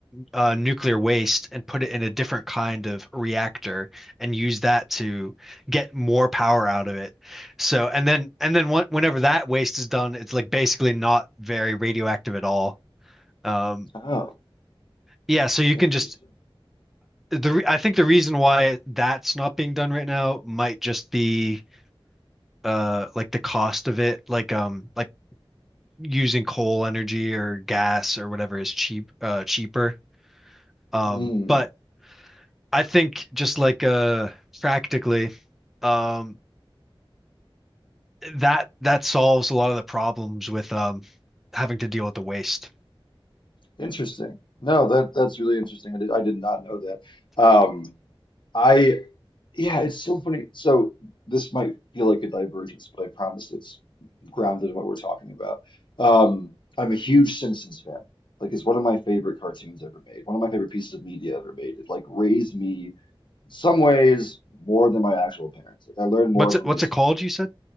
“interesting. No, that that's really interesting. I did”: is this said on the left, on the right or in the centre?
Left